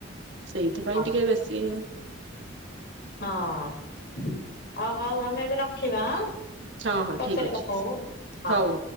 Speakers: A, on the right; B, on the left.
A: ସେଇଥିପାଇଁ
B: ହଁ
A: ଟିକେ ବେଶୀ
B: ହଁ ଓ ହଉ ଆମେ ଏବେ ରଖିବା ଆଁ।
A: ହଁ ହଁ
B: ପଚରେ
A: ଠିକ ଅଛି
B: କଥା ହୋବୁ ହଁ।
A: ହଉ ହଉ।